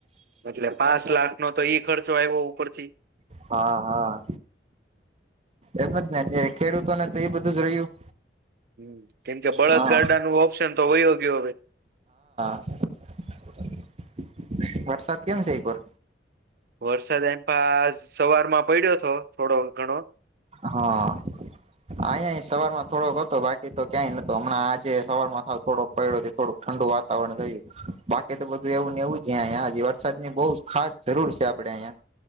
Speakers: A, on the right; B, on the right.
A: એટલે પાંચ લાખનો તો ઈ ખર્ચો આવ્યો ઉપરથી
B: હા હા એમ જ ને અત્યારે ખેડૂતોને તો એ બધું જ રહ્યું
A: હમ કેમકે બળદગાડા
B: હા
A: નું ઓપ્શન તો વયોગ્ય હવે
B: <inaudible> વરસાદ કેમ છે? એ કોર
A: વરસાદ એમ પા સવારમાં પડ્યો હતો થોડો ઘણો
B: હા. આયાય સવારમાં થોડોક હતો બાકી તો ક્યાંય નતો હમણાં આજે સરવારમા થોડોક પયડો તે થોડોક ઠંડું વાતાવરણ થયું બાકી તો બધું એવું ને એવું જ અયા હજી વરસાદ ની બો ખાસ જરૂર છે, આપ ડે અયા